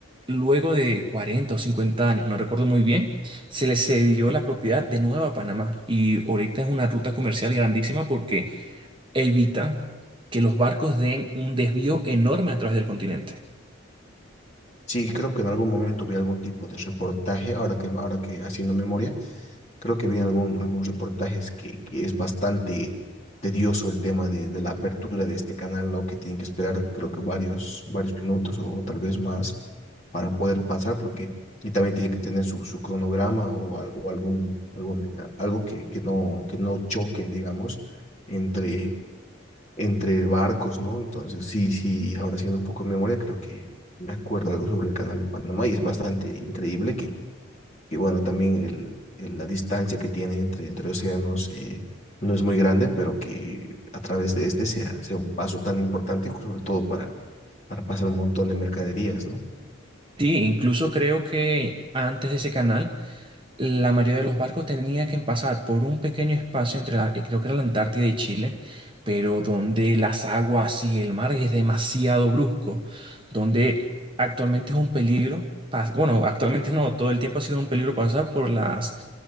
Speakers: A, on the right; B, on the left.
A: luego de 40 o 50 años, no recuerdo muy bien, se le cedió la propiedad de nuevo a Panamá. Y ahorita es una ruta comercial grandísima porque evita que los barcos den un desvío enorme a través del continente.
B: Sí, creo que en algún momento vi algún tipo de reportaje, ahora que, ahora que haciendo memoria, creo que vi algún, algún reportaje es que, que es bastante tedioso el tema de, de la apertura de este canal, ¿no? Que tienen que esperar creo que varios, varios minutos o, o tal vez más para poder pasar, porque y también tiene que tener su, su cronograma o, al- o algún, algún, algo que, que no, que no choquen, digamos, entre entre barcos, ¿no? Entonces, sí, sí, ahora haciendo un poco de memoria, creo que me acuerdo algo sobre el canal de Panamá y es bastante increíble que, que bueno, también el, el- la distancia que tiene entre, entre océanos eh, no es muy grande, pero que a través de este sea, sea un paso tan importante, sobre todo para, para pasar un montón de mercaderías, ¿no?
A: Sí, incluso creo que antes de ese canal la mayoría de los barcos tenía que pasar por un pequeño espacio entre la, eh, creo que era la Antártida y Chile, pero donde las aguas y el mar es demasiado brusco, donde actualmente es un peligro, pas- bueno, actualmente no, todo el tiempo ha sido un peligro pasar por las